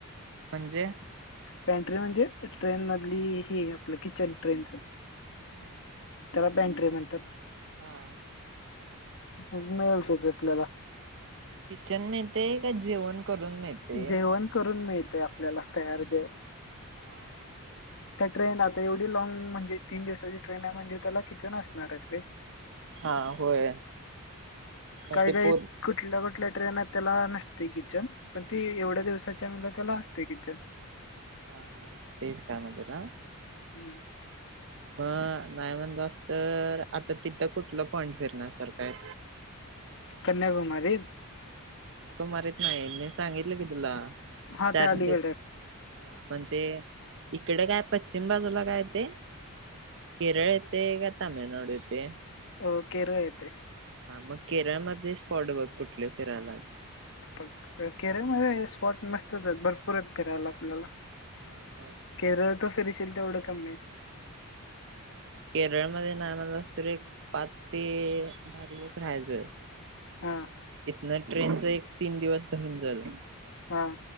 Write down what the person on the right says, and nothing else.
म्हणजे?
हम्म.
हा.
किचन मिळतया का जेवण? करून मिळते?
हा, हा
हा होय मग
ते
पो
हा, हा, तेच काम म्हणत्यात.
मग नाही म्हणलास तर, आता तिथं कुठल पॉईंट फिरण्यासारख आहे.
तो मरीत नाहीमी सांगितल की तुला <unintelligible>
चारशे,
हा म्हणजे इकडे काय, पश्चिम बाजूला काय ते केरळ येतेय, का तामिळनाडू येतेय
हा मग केरळमध्ये स्पॉट बघ, कुठले फिरायला
हा मग
केरळमध्ये नाही महणालास तरी, एक पाच ते दहा दिवस राहायचय.
इथन ट्रेनच एक, तीन दिवस धरून चल